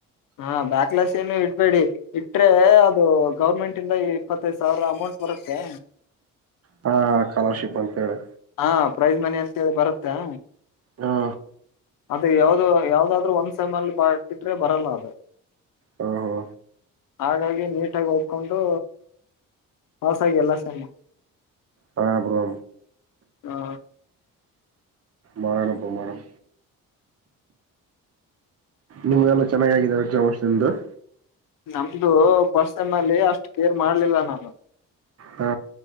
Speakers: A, on the left; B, on the right.
A: ಹಾ ಬ್ಯಾಕ್ಲಾಸ್ ಏನು ಇಡ್ಬೇಡಿ ಇಟ್ರೆ ಅದ ಇದು ಗೌರ್ಮೆಂಟ್ ಇಂದ ಈ ಇಪ್ಪತ್ತೈದು ಸಾವಿರ ಅಮೌಂಟ್ ಬರುತ್ತೆ
B: ಹಾ ಸ್ಕಾಲರ್ಶಿಪ್ ಅಂತ ಹೇಳಿ
A: ಹಾ ಪ್ರೈಜ್ ಮನಿ ಅಂತ ಹೇಳಿ ಬರತ್ ಹಾ
B: ಹಾ
A: ಅದು ಯಾವ್ದ ಯಾವ್ದಾದ್ರು ಒಂದ್ ಸಮ್ಮಲ್ಲಿ ಬಟ್ಟಿಟ್ರೆ ಬರಲ್ಲ ಅದು
B: ಹಾ ಹಾ
A: ಹಾಗಾಗಿ ನೀಟಾಗಿ ಓದಕೊಂಡು ಪಾಸಾಗಿ ಎಲ್ಲ ಸಾಮ
B: ಹ ಬ್ರೋ
A: ಹಾ
B: ಮಾಡೋಣ ಬ್ರೋ ಮಾಡೋಣ ನಿಮಗೆಲ್ಲ ಚೆನ್ನಾಗಾಗಿದವ <unintelligible>
A: ನಮ್ದು ಪರ್ಸನ್ ಅಲ್ಲಿ ಅಷ್ಟು ಕೇರ್ ಮಾಡ್ಲಿಲ್ಲ ನಾನು
B: ಹಾ